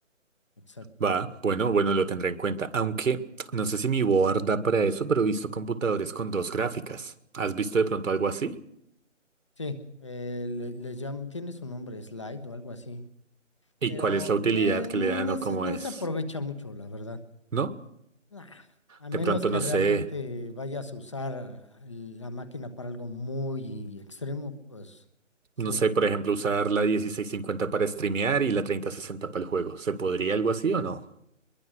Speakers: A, on the left; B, on the right.
A: exacto.
B: va. Bueno, bueno, lo tendré en cuenta. Aunque no sé si mi board da para eso, pero he visto computadores con dos gráficas. ¿Has visto de pronto algo así?
A: Sí, eh, le, le llam- tiene su nombre, Slide o algo así,
B: ¿Y
A: pero
B: cuál es la utilidad
A: eh,
B: que
A: no,
B: le dan
A: no
B: o
A: se,
B: cómo
A: no
B: es?
A: se aprovecha mucho, la verdad.
B: ¿No?
A: Nah, a
B: De
A: menos
B: pronto
A: que
B: no sé.
A: realmente vayas a usar la máquina para algo muy extremo, pues
B: No
A: sí,
B: sé, por ejemplo, usar la 1650 para streamear y la 3060 para el juego. ¿Se podría algo así o no?